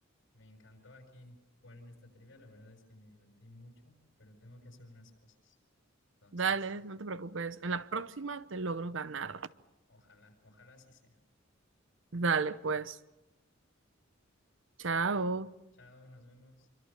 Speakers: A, on the left; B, on the right.
A: Me encantó aquí jugar en esta trivia. La verdad es que me divertí mucho, pero tengo que hacer unas cosas. Entonces,
B: Dale, no te preocupes. En la próxima
A: a
B: te logro ganar.
A: ojalá, ojalá sí sea.
B: Dale, pues. Chao.
A: Chao, nos vemos.